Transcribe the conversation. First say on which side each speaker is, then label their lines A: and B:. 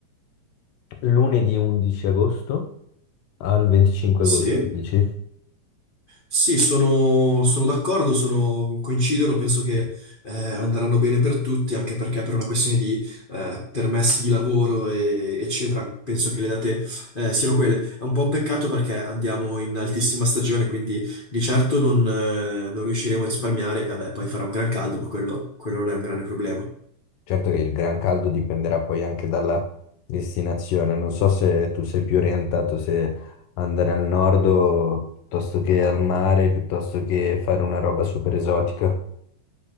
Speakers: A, on the left; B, on the left.
A: lunedì 11 agosto al 25
B: Sì.
A: agosto, dici?
B: Sì, sono, sono d'accordo, sono- coincidono, penso che eh, andranno bene per tutti, anche perché per una questione di eh, permessi di lavoro, e- eccetera, penso che le date eh, siano quelle. È un po' un peccato perché andiamo in altissima stagione, quindi di certo non, eh, non riusciremo a risparmiare. Vabbè, poi farà un gran caldo, ma quello, quello non è un grande problema.
A: Certo che il gran caldo dipenderà poi anche dalla destinazione. Non so se tu sei più orientato se andare al nord o piuttosto che al mare, piuttosto che fare una roba super esotica.